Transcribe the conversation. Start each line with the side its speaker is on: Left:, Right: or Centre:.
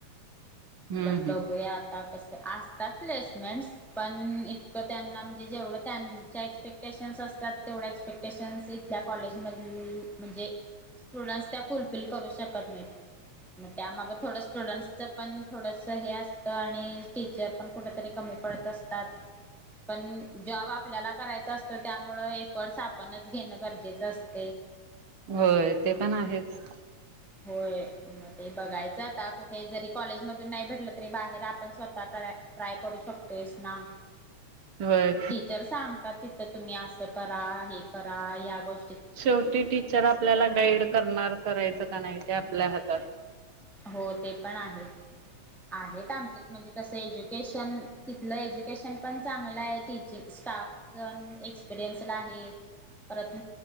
Right: हम्म
Centre: पण बघूया
Right: हम्म
Centre: आता कस असतात प्लेसमेंट्स पण इतकं त्यांना जेवढं त्यांच्या एक्स टेंशयन्स असतात तेवढ्या एक्सपेक्टेशन्स इथल्या कॉलेजमध--म्हणजे स्टुडंट्स त्या फुलफिल करू शकत नाहीत. मग त्यामाग थोडं स्टुडंट्सच पण थोडस हे असतं, आणि टीचर पण कुठ तरी कमी कमी पडत असतात पण जॉब आपल्या करायचं असतं त्यामुळ एफर्टस आपणच घेणं गरजेचं असत
Right: होय ते पण आहेच.
Centre: होय मग ते बघायचं आता कुठे जरी कॉलेजमधून नाही भेटलं तरी बाहेर आपण स्वतः ट्राय ट्राय करू शकतोयस ना.
Right: होय
Centre: टीचर सांगतात तिथं तुम्ही असं करा हे करा या गोष्टी
Right: शेवटी टीचर आपल्याला गाईड करणार करायचं का नाही ते आपल्या हातात.
Centre: हो ते पण आहेच. आहेत आमच्या म्हणजे तस एज्युकेशन तिथलं एज्युकेशन पण चांगलं आहे टीचिंग स्टाफजण एक्सपिरियन्सड आहेत परत